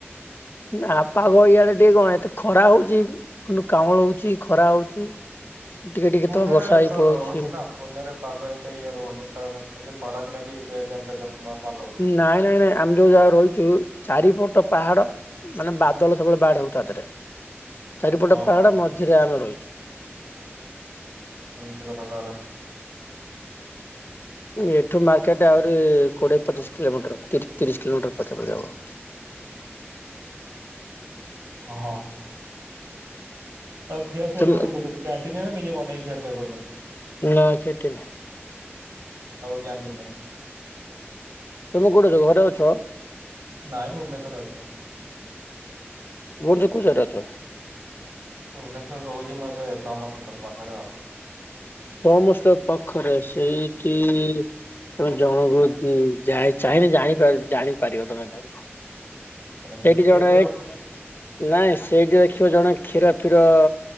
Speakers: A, on the left (about 50°); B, on the right (about 85°).
A: ନା ପାଗ ଇଆଡେ ଟିକେ କଣ ଏତେ ଖରା ହଉଛି କିନ୍ତୁ କାଉଁଳ ହଉଛି ଖରା ହଉଛି। ଟିକେ ଟିକେ
B: ପୁନେରେ
A: କେତେଳ ବର୍ଷା ହେଇ
B: ତ
A: ପଳାଉଛି।
B: ରହୁଛି ନା ପୁନେରେ ପାଗ ଏତେ ଇଏ ରହୁନି ତ ସେମିତି ଖରା ଦିନେ ବି ଟିକେ ଟେମ୍ପରେଚର ନର୍ମାଲ ରହୁଛି।
A: ନାଇଁ ନାଇଁ ନାଇଁ ଆମେ ଯୋଉ ଜାଗାରେ ରହିଛୁ ଚାରିପଟ ପାହାଡ। ମାନେ ବାଦଲ ସବୁବେଳେ ବାଡ ହଉ ତା ଦେହରେ। ଚାରିପଟ
B: ଓହୋ
A: ପାହାଡ ମଝିରେ ଆମେ ରହିଛୁ।
B: ଏମତି କଥା ତାହେଲେ!
A: ଏଇଠୁ ମାର୍କେଟ୍ ଆହୁରି କୋଡ଼ିଏ ପଚିଶ କିଲୋମିଟର ତିରି ତିରିଶ କିଲୋମିଟର ପାଖାପଖି ହେବ।
B: ଓହୋ। ଆଉ ଖିଆପିଆ
A: ତମେ
B: କୋଉଠି କରଛନ୍ତି। କ୍ୟାଣ୍ଟିନ ନା ନିଜେ ବନେଇକି ଖିଆ ପିଆ କରିଛନ୍ତି?
A: ନା କ୍ୟାଣ୍ଟିନ
B: ହୋଉ କ୍ୟାଣ୍ଟିନରେ।
A: ତମେ କୋଉଠି ଅଛ। ଘରେ ଅଛ?
B: ନାଇଁ ଭୁବନେଶ୍ୱର ଅଛି ମୁଁ।
A: <unintelligible>
B: ଭୁବନେଶ୍ଵରରେ ରହୁଛି ମୁଁ ଏବେ ସମ ହସପିଟାଲ ପାଖରେ ଆଉ।
A: ସମ ହସପିଟାଲ ପାଖରେ। ସେଇଠି ତମେ ଜଣକୁ ଚାହିଁନ ଜାଣି ଜାଣିପାରିବ ତମେ ତାକୁ।
B: <inaudible>
A: ସେଇଠି ଜଣେ
B: କେତେ ଲୋକ
A: ନାଇଁ ସେଇଠି ଦେଖିବ ଜଣେ କ୍ଷୀର ଫିର